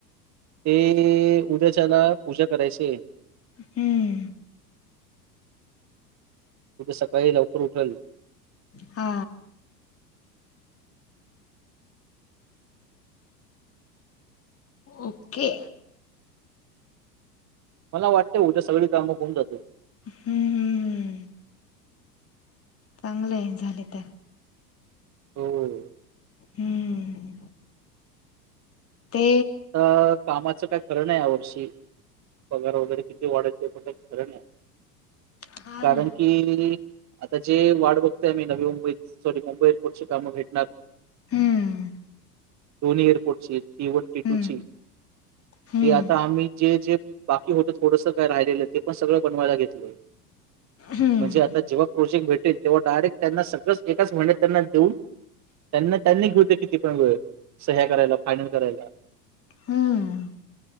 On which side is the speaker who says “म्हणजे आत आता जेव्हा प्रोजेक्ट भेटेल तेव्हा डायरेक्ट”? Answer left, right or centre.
Right